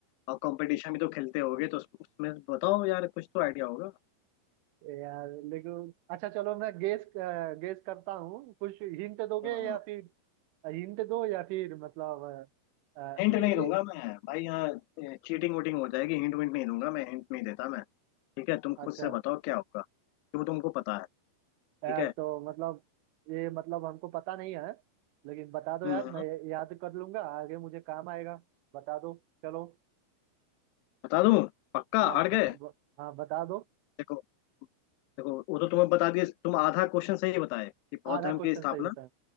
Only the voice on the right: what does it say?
यार लेकिन अच्छा चलो मैं गेस गेस करता हूँ कुछ हिंट दोगे
या फिर हिंट दो या फिर मतलब अ, अ,
इ,
इ,
अच्छा
यार
तो मतलब ये मतलब हमको पता नहीं है लेकिन बता दो
यार मैं याद कर लूंगा आगे मुझे काम आएगा बता दो चलो
हाँ
बता
ब, हाँ बता दो
आधा
क्वेश्चन
सही बताए